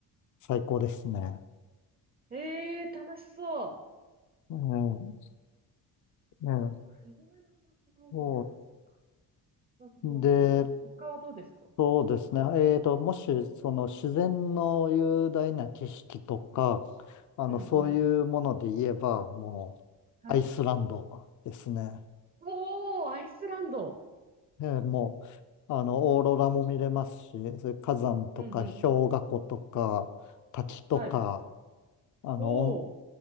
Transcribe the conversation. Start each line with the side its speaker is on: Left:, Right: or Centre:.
Left: う最高ですね。
Right: い。ええ、楽しそう。
Left: ええ、ええ、
Right: 車の方法いいな。
Left: そ
Right: そうか。ほうほうほうほう。
Left: う。で、
Right: 他はどうですか
Left: そうですね。えーと、もし、その自然の雄大な景色とか、あの、
Right: うんうん。
Left: そういうもので言えば、も
Right: はい。
Left: う、アイスランドですね。
Right: おー、アイスランド。
Left: えーもう、あの、オーロラも見れますし、それ火山とか氷河湖とか滝とか、
Right: うんうん。はい。
Left: あの、
Right: ほう。
Left: お